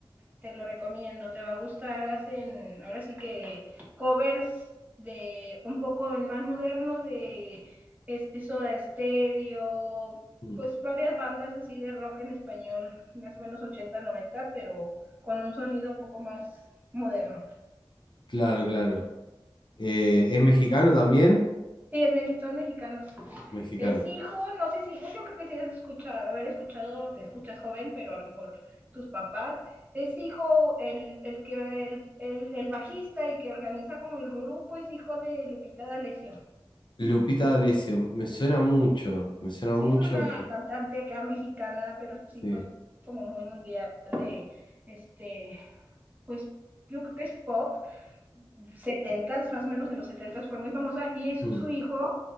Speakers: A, on the right; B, on the left.
A: te lo recomiendo, te va a gustar. Hacen, ahora sí que covers de un poco en más moderno de este Soda Stereo,
B: Mm,
A: pues varias bandas así de rock en español, más o menos 80 noventa pero con un sonido un poco más moderno.
B: Claro, claro. Eh, ¿es mexicano también?
A: Sí, es, son mexicanos.
B: Mexicano.
A: Es hijo, no sé si, no, yo creo que sí has escuchado, haber escuchado, te escuchas joven, pero a lo mejor tus papás. Es hijo, el, el que el, el, el bajista y que organiza como el grupo es hijo de Lupita D'Alessio.
B: Lupita D'Alessio, me suena mucho, me suena
A: Sí,
B: mucho.
A: es una
B: pero-
A: cantante acá mexicana, pero sí
B: Sí.
A: fue como muy mundial de este, pues yo creo que es pop, setentas más o menos en los setentas fue muy famosa, y es
B: Mm,
A: su hijo,